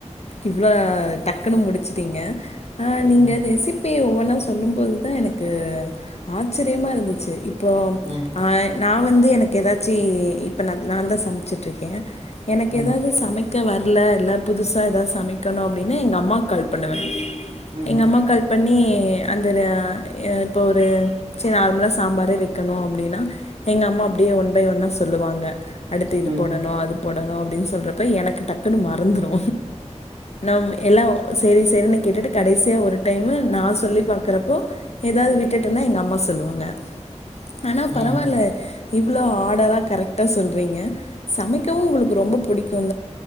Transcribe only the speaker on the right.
ம்,
ம்.
ம்,
ம்,
ம்,
ம்.